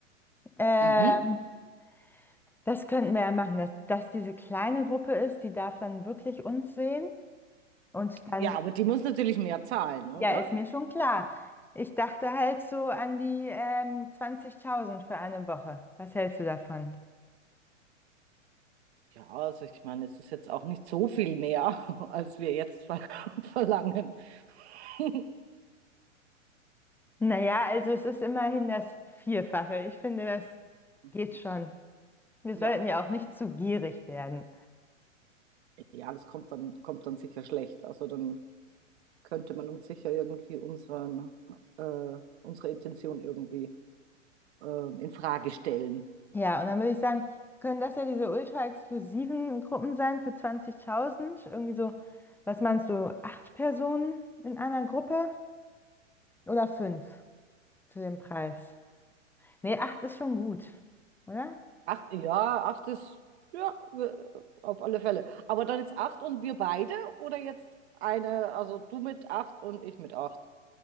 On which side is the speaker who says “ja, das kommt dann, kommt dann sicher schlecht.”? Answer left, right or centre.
Right